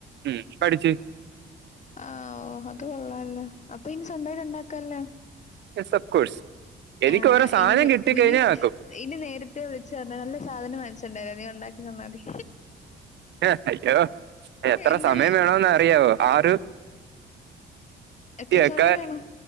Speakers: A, on the right (about 60°); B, on the left (about 35°).
A: ഉം പഠിച്ച്
B: ആ ഓ കൊള്ളാല്ലോ അപ്പൊ ഇനി സ്വന്തായിട്ട് ണ്ടാക്കല്ലോ
A: സബ് കോഴ്സ് എനിക്ക്
B: ആ
A: ഓരോ സാധനം
B: ഇനി
A: കിട്ടിക്കഴിഞ്ഞാൽ
B: വിനി
A: ആക്കും
B: ഇനി നേരിട്ട് വിളിച്ച് പറഞ്ഞ നല്ല സാധനം മനസ്സണ്ടറയെ ണ്ടാക്കി ന്നതി
A: <unintelligible> അയ്യോ എത്ര
B: എന്താ
A: സമയം വേണെന്നറിയാവോ <unintelligible> <unintelligible>
B: എത്ര
A: ക്ക
B: സമയം വേണം?